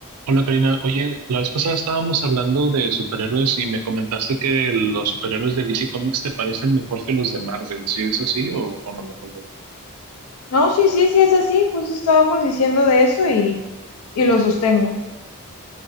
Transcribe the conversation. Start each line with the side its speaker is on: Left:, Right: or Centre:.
Right: Hola Karina, oye, la vez pasada estábamos hablando de superhéroes y me comentaste que los superhéroes de DC Comics te parecen mejor que los de Marvel, ¿sí es así o, o no me acuerdo bien?
Left: No, sí, sí, sí es así, justo estábamos diciendo de eso y, y lo sostengo.